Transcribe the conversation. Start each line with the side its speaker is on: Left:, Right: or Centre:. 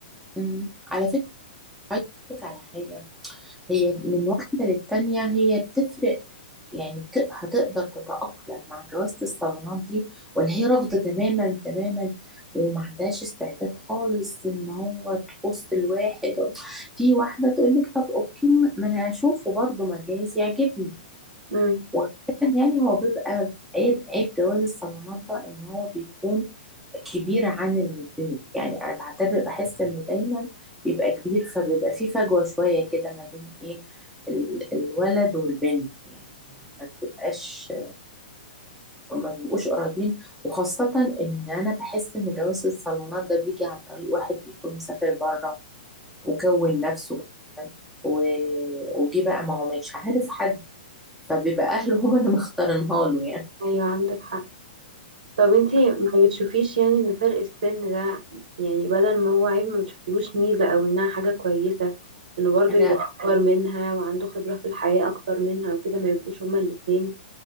Centre: مم. على فكرة عايزة أقولك على حاجة هي من واحدة للتانية هي بتفرق يعني بت- هتقدر تتأقلم مع جوازة الصالونات دي ولا هي رافضة تماما تماما وما عندهاش استعداد خالص ان هو تبص لواحد في واحدة تقول لك طب اوكي ما انا هشوفه برضه ما جايز يعجبني
Right: امم
Centre: وغالبا يعني هو بيبقى عيب عيب جواز الصالونات ده ان هو بيكون كبيرة عن البنت يعني أنا بعتبر بحس إن دايما بيبقى كبير فبيبقى في فجوة شوية كده ما بين إيه ال- الولد والبنت يعني ما بتبقاش ما بيبقوش قريبين وخاصة إن أنا بحس إن جواز الصالونات ده بيجي عن طريق واحد بيكون مسافر بره وكون نفسه مثلا و... وجه بقى ما هو مش عارف حد فبيبقى أهله هما اللي مختارينها له يعني
Right: ايوه عندك حق طب انتي ما بتشوفيش يعني ان فرق السن ده يعني بدل ما هو عيب ما بتشوفيهوش ميزة او انها حاجة كويسة انه برضه
Centre: أنا
Right: يبقى اكبر منها وعنده خبرة في الحياة اكتر منها وكده ما يبقوش هما الاتنين